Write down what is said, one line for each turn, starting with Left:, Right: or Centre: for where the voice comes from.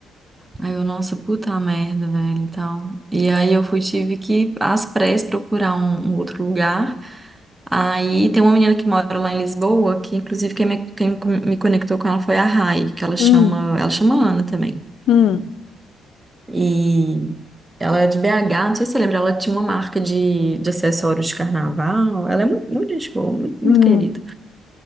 Right: Aí eu, nossa, puta merda, velho, e tal. E aí eu fui, tive que, ir às pressas, procurar um, um outro lugar. Aí tem uma menina que mora lá em Lisboa, que inclusive quem me, quem me conectou com ela foi a Rai, que ela chama,
Left: Hum,
Right: ela chama Ana também.
Left: hum,
Right: E ela é de BH, não sei se você lembra, ela tinha uma marca de, de acessórios de carnaval. Ela é muito, muito gente boa, muito,
Left: hum.
Right: muito querida.